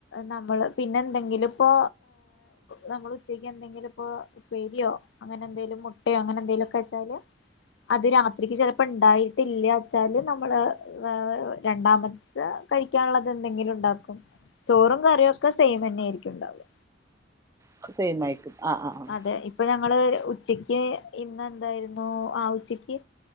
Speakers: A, on the left; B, on the right.
A: നമ്മള് പിന്നെ എന്തെങ്കിലുംപ്പോ നമ്മൾ ഉച്ചക്ക് എന്തെ <unintelligible> ഉപ്പേരിയോ അങ്ങനെന്തേലും മുട്ടയോ അങ്ങനെന്തേലൊക്ക വെച്ചാല് അത് രാത്രിക്ക് ചെലപ്പം ഇണ്ടായിട്ടില്ലാച്ചാല് നമ്മള് വെ വെ വെയ് രണ്ടാമത്തെ കഴിക്കാള്ളത് എന്തെങ്കിലുണ്ടാക്കും ചോറും കറിയൊക്കെ സെയിമന്നേയിരിക്കും ഇണ്ടാവാ
B: ഒക്ക സെയിമായിരിക്കും ആഹ് ആഹ് ആഹ്
A: തെ ഇപ്പ ഞങ്ങള് ഒര് ഉച്ചയ്ക്ക് ഇന്ന് എന്തായിരുന്നു ആഹ് ഉച്ചക്ക്യ്